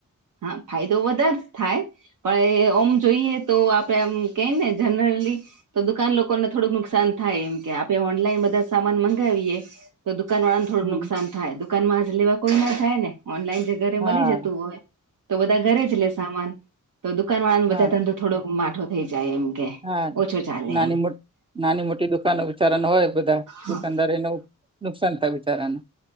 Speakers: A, on the right; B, on the right.
A: હા ફાયદો વધારે થાય. પણ એ ઓમ જોઈએ તો આપડે એમ કહેને જનરલી તો દુકાન લોકોને થોડુંક નુકસાન થાય એમ કે આપે ઓનલાઈન બધા સામાન મંગાવીએ. તો દુકાનવાળાને થોડું
B: હમ.
A: નુકસાન થાય દુકાનમાં આજ લેવા કોઈના થાય ને ઓનલાઈન જે ઘરે
B: હા
A: મળી જતું હોય. તો બધા ઘરેજ લે સામાન તો દુકાન વાળાન
B: હા
A: બધા ધંધો થોડોક માઠો થઈ જાય એમ. કે
B: હા
A: ઓછો ચાલે
B: નાની
A: એમ
B: મોટ નાની મોટી દુકાનો બિચારાનું હોય બધા
A: હા
B: દુકાનદારો એને નુકસાન થાય બિચારાનું